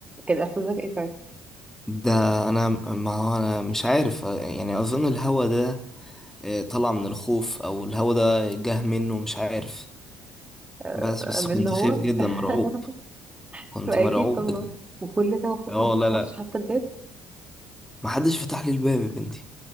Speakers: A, on the right; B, in the centre.
A: كان احساسك ايه ساعتها
B: ده انا ما هو انا مش عارف يعني اظن الهوا ده آه، طلع من الخوف او الهوا ده جه منه مش عارف
A: آه،
B: بس بس
A: من
B: كنت
A: هو
B: خايف جدا
A: <laughs>
B: مرعوب كنت
A: اكيد
B: مرعوب
A: طبعا
B: بجد
A: وكل ده المفروض
B: اه
A: ما فتحلكش
B: لا لا
A: حتى الباب
B: محدش فتح لي الباب يا بنتي